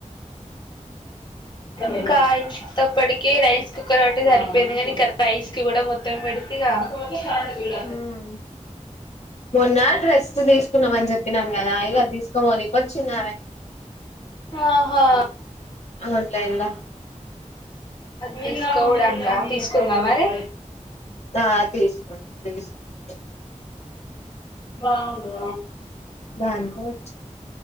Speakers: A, on the left; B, on the left.
A: ఇంకా ఇంతప్పటిక రైస్ కుక్కర్ అంటే సరిపోయింది కానీ ఇంకా రైస్ కి కూడా మొత్తం పెడితేక విళ్ళ
B: ఉమ్ మొన్న డ్రెస్ తీసుకున్నామని చెప్పి ప్పినాం కదా ఇగ తీసుకోమ నక వచ్చిందిమె
A: ఆహా
B: ఆన్లైన్ లో
A: తీసుకోవడాక తీసుకో మరి
B: ఆ తీసుకోండి తీసుకోండి
A: బాగు
B: బాంత వచ్చింది